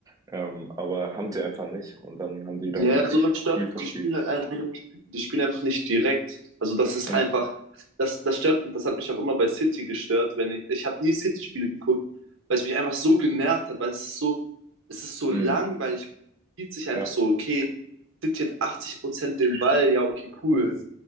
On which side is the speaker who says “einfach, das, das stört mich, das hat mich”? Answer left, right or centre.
Right